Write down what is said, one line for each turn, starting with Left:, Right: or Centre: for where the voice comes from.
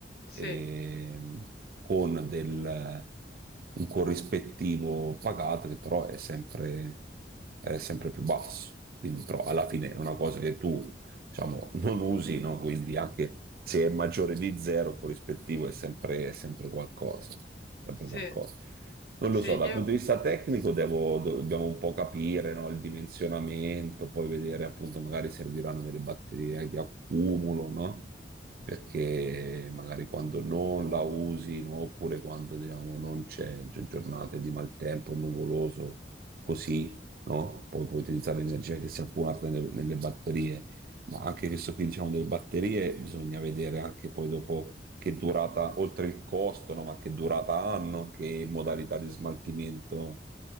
Left: Sì,
Right: E, con del, un corrispettivo pagato che però è sempre, è sempre più basso. Quindi, però, alla fine è una cosa che tu diciamo, non usi, no? Quindi anche se è maggiore di zero, corrispettivo è sempre, è sempre qualcosa, sempre
Left: sì,
Right: qualcosa. Non
Left: sì,
Right: lo so, dal
Left: io
Right: punto di vista tecnico devo- dobbiamo un po' capire, no, il dimensionamento, poi vedere appunto magari serviranno delle batterie di accumulo, no? Perché magari quando non la usi, no, Oppure quando diciamo, non c'è gi- giornate di maltempo, nuvoloso, così, no? Poi puoi utilizzare l'energia che si è accumulata nelle, nelle batterie ma anche questo qui, diciamo, delle batterie, bisogna vedere anche poi dopo che durata, oltre il costo, no? Ma che durata hanno, che modalità di smaltimento